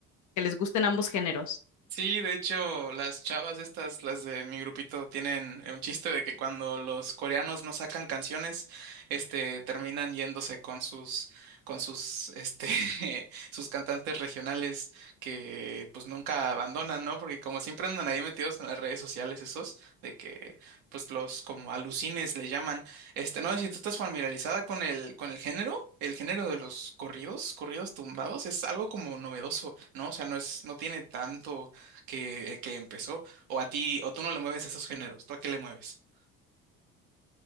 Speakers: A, on the left; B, on the right.
A: que les gusten ambos géneros.
B: Sí, de hecho, las chavas estas, las de mi grupito, tienen un chiste de que cuando los coreanos no sacan canciones, este, terminan yéndose con sus, con sus, este, <laughs> sus cantantes regionales que, pues, nunca abandonan, ¿no? Porque como siempre andan ahí metidos en las redes sociales esos, de que, pues, los como alucines le llaman. Este, no sé si tú estás familiarizada con el, con el género. El género de los corridos, corridos tumbados, es algo como novedoso, ¿no? O sea, no es, no tiene tanto que, que empezó, o a ti, o tú no le mueves esos géneros, ¿tú a qué le mueves?